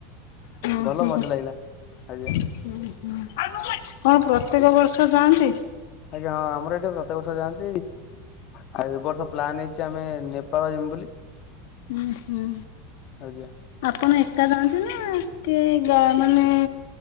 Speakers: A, on the left (about 70°); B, on the left (about 45°).
A: ହୁଁ
B: ଭଲ
A: ହୁଁ
B: ମଜା ଲାଗିଲା ଆଜ୍ଞା।
A: କଣ ପ୍ରତ୍ୟେକ ବର୍ଷ ଯାଆନ୍ତି?
B: ଆଜ୍ଞା ହଁ ଆମର ଏଠି ପ୍ରତ୍ୟକ ଵର୍ଷ ଯାନ୍ତି। ଆଉ ଏ ବର୍ଷ ପ୍ଲାନ୍ ହେଇଛି ଆମେ ନେପାଳ ଯମୁ ବୋଲି।
A: ହଁ ହୁଁ
B: ଆଜ୍ଞା
A: ଆପଣ ଏକା ଯାଆନ୍ତି ନା? କି ଗା ମାନେ